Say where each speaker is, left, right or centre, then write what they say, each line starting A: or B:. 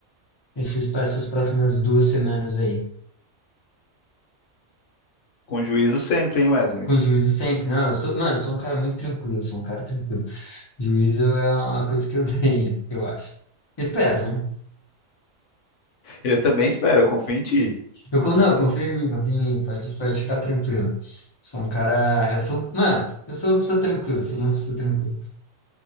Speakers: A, on the left; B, on the left.
A: esses, essas próximas duas semanas aí.
B: Com juízo sempre, hein, Wesley?
A: Com juízo sempre, não, eu sou, mano, eu sou um cara muito tranquilo, eu sou um cara tranquilo. Juízo é uma coisa que eu <laughs> tenho, eu acho. Espero, né?
B: Eu também espero, eu confio em ti.
A: Eu, con- não, confia em mim, confia em mim, pode, pode ficar tranquilo. Sou um cara. Eu sou, mano, eu sou uma pessoa tranquila, sou uma pessoa tranquila.